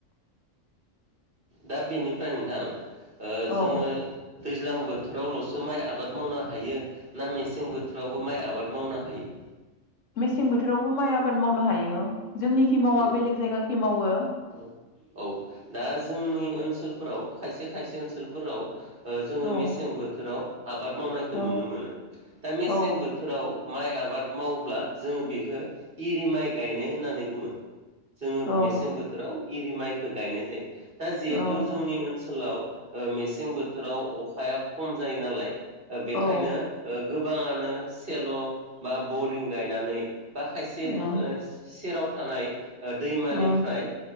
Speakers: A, on the right; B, on the left.
A: दा बेनिफ्राय नोंथां जोङो
B: औ
A: दैज्लां बोथोरावल'सो माइ आबाद मावनो हायो ना मेसें बोथोरावबो माइ आबाद मावनो हायो
B: मेसें बोथोरावबो माइ आबाद मावनो हायो जोंनिखि मावा
A: औ
B: बेलेग जायगाखि मावो
A: औ औ दा जोंनि ओनसोलफोराव खायसे खायसे ओनसोलफोराव जोङो
B: औ
A: मेसें बोथोराव आबाद मावनायखौ
B: औ
A: नुनो मोनो दा मेसें
B: औ
A: बोथोराव माइ आबाद आबाद मावोब्ला जोङो बेखौ एरि माइ गायनो होननानै बुङो जोङो
B: औ
A: मेसें बोथोराव एरि माइखौ गायनाय जायो दा जिहेथु
B: औ औ
A: जोंनि ओनसोलाव मेसें बोथोराव अखाया खम जायो नालाय बेखायनो
B: औ
A: गोबाङानो सेल' बा बरिं गायनानै बा खायसे
B: औ
A: सेराव थानाय दैमानिफ्राय
B: औ